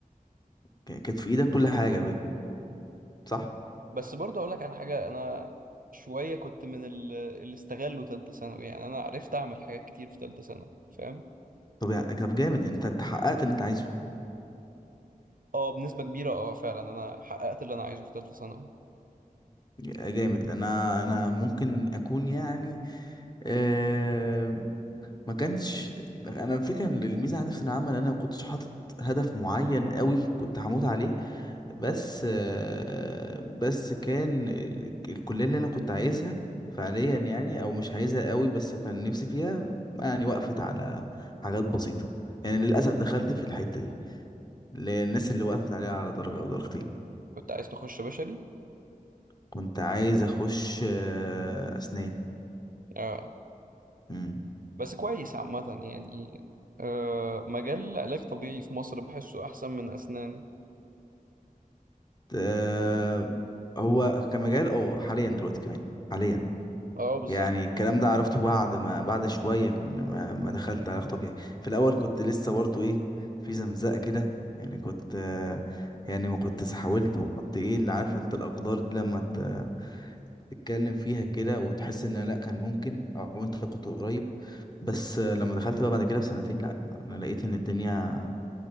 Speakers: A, on the left (about 30°); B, on the right (about 75°).
A: ك- كانت في إيدك كل حاجة بقى. صح؟
B: بس برضه اقول لك على حاجه انا شويه كنت من ال- اللي استغلوا تالتة ثانوي يعني انا عرفت اعمل حاجات كتير في تالتة ثانوي فاهم
A: طب يعني طب جامد يعني أنت أنت حققت اللي أنت عايزه
B: اه بنسبه كبيره اه فعلا انا حققت اللي انا عايزه في تالتة ثانوي
A: جامد أنا أنا ممكن أكون يعني آه ما كانش أنا الفكرة إن الميزة عندي في العمل أنا ما كنتش حاطط هدف معين أوي كنت هموت عليه بس آه، بس كان الكلية اللي أنا كنت عايزها فعليا يعني أو مش عايزها قوي بس كان نفسي فيها يعني وقفت على حاجات بسيطة يعني للأسف دخلت في الحتة دي اللي هي الناس اللي وقفت عليها على درجة أو درجتين
B: كنت عايز تخش بشري
A: كنت عايز أخش آه، أسنان
B: اه
A: مم.
B: بس كويس عامه يعني آه مجال علاج طبيعي في مصر بحسه احسن من اسنان
A: آه، هو كمجال اه حاليا دلوقتي كمان حاليا
B: اه بالظبط
A: يعني الكلام ده عرفته بعد ما بعد شوية من ما, ما دخلت علاقة طبيعية في الأول كنت لسه برضو إيه في زمزقة كده يعني كنت آه، يعني ما كنت حاولت ما كنت إيه اللي عارف أنت الأقدار دي لما ت- تتكلم فيها كده وتحس إن لأ كان ممكن أو أنت كنت قريب بس آه، لما دخلت بقى بعد كده بسنتين لأ أنا لقيت إن الدنيا